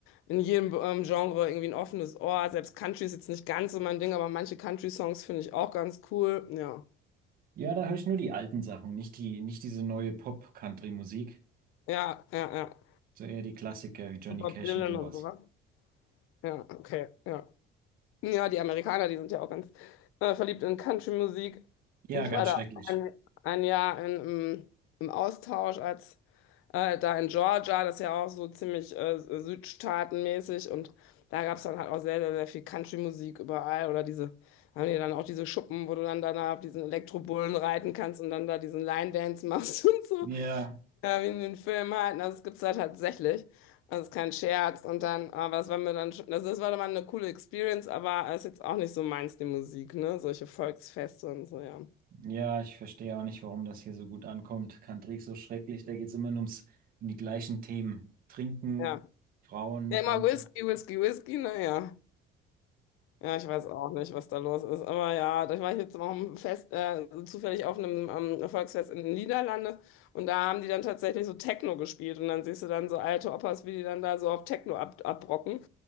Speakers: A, on the left; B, on the right.
A: in jedem ähm, Genre irgendwie ein offenes Ohr. Selbst Country ist jetzt nicht ganz so mein Ding, aber manche Country-Songs finde ich auch ganz cool. Ja,
B: Ja, da höre ich nur die alten Sachen, nicht die, nicht diese neue Pop-Country-Musik,
A: ja, ja, ja.
B: so eher die Klassiker wie Johnny
A: Bob
B: Cash
A: Dylan
B: und sowas.
A: und sowas. Ja, okay, ja. Ja, die Amerikaner, die sind ja auch ganz äh, verliebt in Country-Musik.
B: Ja,
A: Und Ich
B: ganz
A: war da
B: schrecklich.
A: auch ein, ein Jahr in, im, im Austausch als äh, da in Georgia, das ist ja auch so ziemlich äh, südstaatenmäßig und da gab es dann halt auch sehr, sehr, sehr viel Country-Musik überall oder diese, haben die dann auch diese Schuppen, wo du dann danach auf diesen Elektrobullen reiten kannst und dann da diesen Line-Dance machst <laughs> und so,
B: Ja,
A: ja, wie in den Filmen halt, und das gibt's da tatsächlich. Das ist kein Scherz. Und dann, aber das war mir dann schon, also das war dann mal eine coole Experience, aber ist jetzt auch nicht so meins, die Musik, ne? Solche Volksfeste und so, ja.
B: ja, ich verstehe auch nicht, warum das hier so gut ankommt. Country ist so schrecklich, da geht es immer nur ums, um die gleichen Themen. Trinken,
A: Ja.
B: Frauen,
A: Ja,
B: tanzen.
A: immer Whisky, Whisky, Whisky, naja. Ja, ich weiß auch nicht, was da los ist. Aber ja, da war ich jetzt auch im Fest, äh, zufällig auf einem ähm, Volksfest in den Niederlanden und da haben die dann tatsächlich so Techno gespielt und dann siehst du dann so alte Opas, wie die dann da so auf Techno ab abrocken.